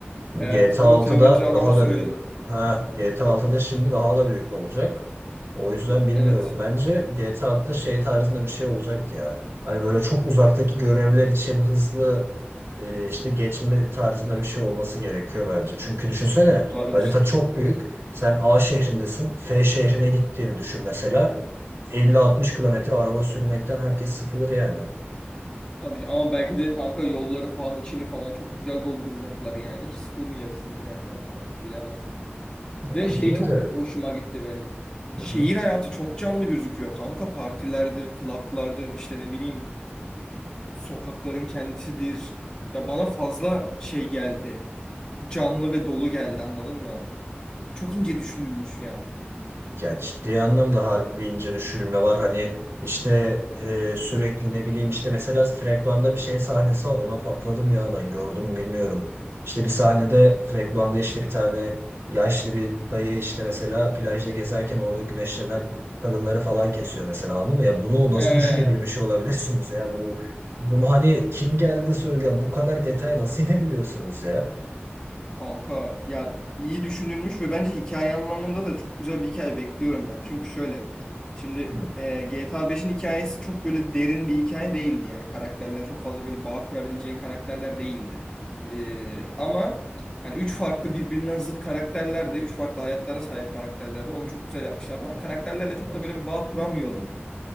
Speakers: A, on the left; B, on the right.
A: Evet
B: GTA
A: On
B: 6'da
A: kilometre araba
B: daha
A: sürüyordum.
B: da büyük. Ha, GTA 6'da şimdi daha da büyük olacak. O yüzden bilmiyorum.
A: Evet
B: Bence GTA 6'da şey tarzında bir şey olacak ya. Hani böyle çok uzaktaki görevler için hızlı e, işte geçme tarzında bir şey olması gerekiyor bence. Çünkü düşünsene
A: olabilir.
B: harita çok büyük. Sen A şehrindesin. F şehrine gittiğini düşün mesela. 50-60 kilometre araba sürmekten herkes sıkılır yani.
A: Tabii ki. ama belki de kanka yolları falan içini falan çok güzel dolduracaklar yani. Hiç sıkılmayacaksın giderken falan. Bilemezsin.
B: Ama
A: Ve şey
B: yine
A: çok
B: de
A: hoşuma gitti benim.
B: hı
A: Şehir
B: hı.
A: hayatı çok canlı gözüküyor kanka. Partilerdir, klaplardır, işte ne bileyim sokakların kendisidir. Ya bana fazla şey geldi. Canlı ve dolu geldi anladın mı? Çok ince düşünülmüş ya.
B: Ya ciddi anlamda harbi bir ince düşürülme var. Hani işte e, sürekli ne bileyim işte mesela fragmanda bir şey sahnesi var. Ona patladım ya ben gördüm mü bilmiyorum. İşte bir sahnede fragmanda işte bir tane yaşlı bir dayı işte mesela plajda gezerken orada güneşlenen kadınları falan kesiyor mesela anladın mı? Ya bunu nasıl
A: He,
B: düşünebilmiş olabilirsiniz ya bu bunu hani kim geldi söyle bu kadar detaya nasıl inebiliyorsunuz ya?
A: Kanka ya iyi düşünülmüş ve bence hikaye anlamında da çok güzel bir hikaye bekliyorum ben. Çünkü şöyle şimdi
B: Hı.
A: e, GTA 5'in hikayesi çok böyle derin bir hikaye değildi. Yani karakterler çok fazla böyle bağ kurabileceğin karakterler değildi. E, ama hani üç farklı birbirinden zıt karakterlerdi. Üç farklı hayatlara sahip karakterlerdi. Onu çok güzel yapmışlardı ama karakterlerle çok
B: Evet
A: da böyle bir bağ kuramıyordum.